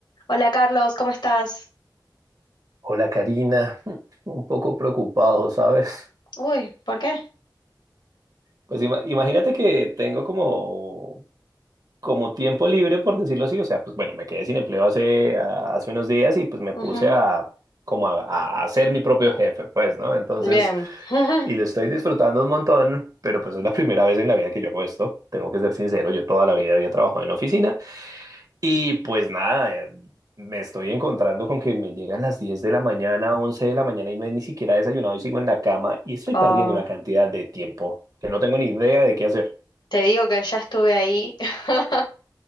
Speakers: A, on the left; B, on the right.
A: Hola Carlos, ¿cómo estás?
B: Hola Karina, <laughs> un poco preocupado, ¿sabes?
A: Uy, ¿por qué?
B: Pues ima- imagínate que tengo como, como tiempo libre, por decirlo así, o sea, pues bueno, me quedé sin empleo hace, a- hace unos días y pues me puse
A: Ujú,
B: a, como a, a- ser mi propio jefe, pues, ¿no? Entonces,
A: Bien. <laughs>
B: y lo estoy disfrutando un montón, pero pues es la primera vez en la vida que yo hago esto, tengo que ser sincero, yo toda la vida había trabajado en oficina Y pues nada, eh, me estoy encontrando con que me llegan las 10 de la mañana, 11 de la mañana y no he ni siquiera desayunado y sigo en la cama y estoy
A: Oh,
B: perdiendo una cantidad de tiempo que no tengo ni idea de qué hacer.
A: te digo que ya estuve ahí <laughs>